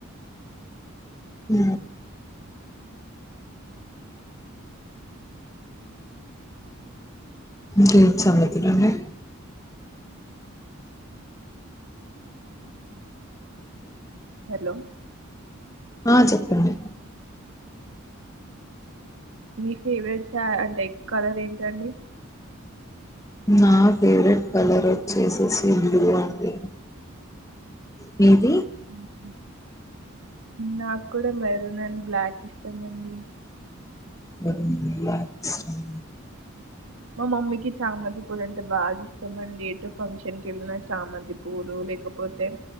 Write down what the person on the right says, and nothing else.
హలో
మీ ఫేవరెట్ సారీ అంటే కలర్ ఏంటండి.
ఉహ్ నాకు కూడా మైరున్ అండ్ బ్లాక్ ఇష్టం అండి.
మా మమ్మీకి చామంతి పూలు అంటే బాగా ఇస్తామండి. ఏంటో ఫంక్షన్ కు వెళ్లిన చామంతి పూలు లేకపోతే